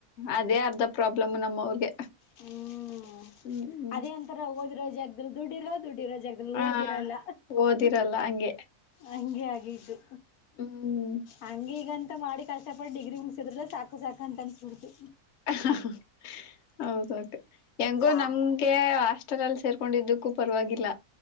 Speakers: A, on the left (about 60°); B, on the left (about 75°).
A: ಅದೇ ಅರ್ಧ ಪ್ರಾಬ್ಲಮ್ ನಮ್ಮ ಅವ್ರಿಗೆ
B: ಹ್ಮ್
A: ಹ್ಮ್ ಹ್ಮ್
B: ಅದೇ ಅಂತರ ಓದಿರ ಜಗದಲ್ಲಿ ದುಡಿರೋದು ದುಡ್ಡಿ ಇರೋ ಜಾಗದಲ್ಲಿ
A: ಹಾ
B: ಓದಿರಲ್ಲ
A: ಓದಿರಲ್ಲ ಹಂಗೆ
B: ಹಂಗೆ ಆಗಿದ್ದು
A: ಹ್ಮ್
B: ಹಂಗೆ ಈಗಂತ ಮಾಡಿ ಕಷ್ಟಪಟ್ಟ ಡಿಗ್ರಿ ಮುಗಿಸಿದ್ರಲ್ಲ ಸಾಕು ಸಾಕು ಅಂತ ಅನಿಸಬಿಡ್ತು
A: ಹ ಹೌದು ಅಕ್ಕ ಹೆಂಗು
B: ಪಾ
A: ನಮ್ಗೆ ಅಷ್ಟ ಹತ್ತಿರದಲ್ಲಿ ಸೇರ್ಕೊಂಡಿದ್ದಕ್ಕೂ ಪರವಾಗಿಲ್ಲ